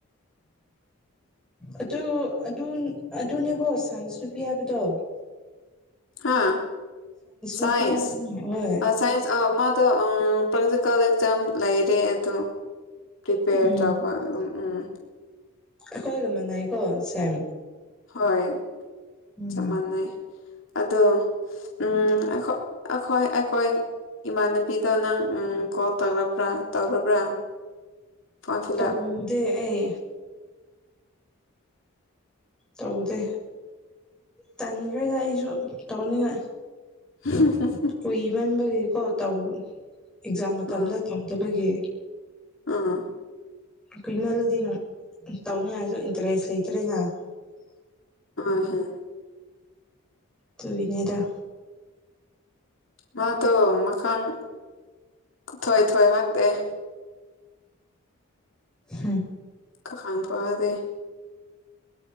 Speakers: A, in the centre; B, on the left.
A: ꯑꯗꯨ ꯑꯗꯨ ꯑꯗꯨꯅꯦꯕꯣ ꯁꯥꯏꯟꯁ ꯅꯨꯨꯄꯤ ꯍꯥꯏꯕꯗꯣ
B: ꯍꯥ ꯁꯥꯏꯟꯁ
A: ꯅꯨꯄꯤ ꯍꯥꯏꯕ ꯍꯣꯏ
B: ꯑ ꯁꯥꯏꯟ ꯑ ꯑꯣ ꯄ꯭ꯔꯦꯛꯇꯤꯀꯦꯜ ꯑꯦꯛꯖꯥꯝ ꯂꯩꯔꯦ ꯑꯗꯣ ꯄ꯭ꯔꯤꯄꯦꯌꯔ
A: ꯎꯝ
B: ꯇꯧꯕ ꯑꯗꯨꯝ ꯎꯝ
A: ꯑꯩꯈꯣꯏꯒ ꯃꯅꯩꯀꯣ ꯁꯦꯝ
B: ꯍꯣꯏ
A: ꯎꯝ
B: ꯆꯞ ꯃꯥꯟꯅꯩ ꯑꯗꯣ ꯎꯝ ꯑꯈꯣꯏ ꯑꯩꯈꯣꯏ ꯑꯩꯈꯣꯏ ꯏꯃꯥꯟꯅꯕꯤꯗꯣ ꯅꯪ ꯀꯣꯜ ꯇꯧꯔꯕ꯭ꯔꯥ ꯇꯧꯔꯕ꯭ꯔꯥ ꯐꯣꯔꯝ ꯐꯤꯜ
A: ꯇꯥꯎꯗꯦ
B: ꯑꯞ
A: ꯑꯩ ꯇꯧꯗꯦ ꯇꯟꯈ꯭ꯔꯗ ꯑꯩꯁꯨ ꯇꯧꯅꯤꯡꯉꯥꯏ
B: <unintelligible>
A: ꯀꯨꯏ ꯃꯟꯕꯒꯤꯀꯣ ꯇꯧ ꯑꯦꯛꯖꯥꯝ ꯃꯇꯝꯗ
B: ꯎꯝ
A: ꯇꯧꯗꯕꯒꯤ
B: ꯎꯝ
A: ꯀꯨꯃꯜꯂꯗꯤ ꯇꯧꯅꯤꯉꯥꯏꯁꯨ ꯏꯟꯇꯔꯦꯁ ꯂꯩꯇ꯭ꯔꯦꯅ <inaudible>
B: ꯍꯣꯏ ꯍꯣꯏ
A: ꯇꯨ ꯏꯅꯦꯗ
B: ꯃꯥꯗꯣ ꯃꯈꯪ ꯊꯣꯏ ꯊꯣꯏ ꯍꯪꯇꯑꯦ
A: ꯍꯝ
B: ꯀ ꯈꯥꯡ ꯐꯗ <unintelligible>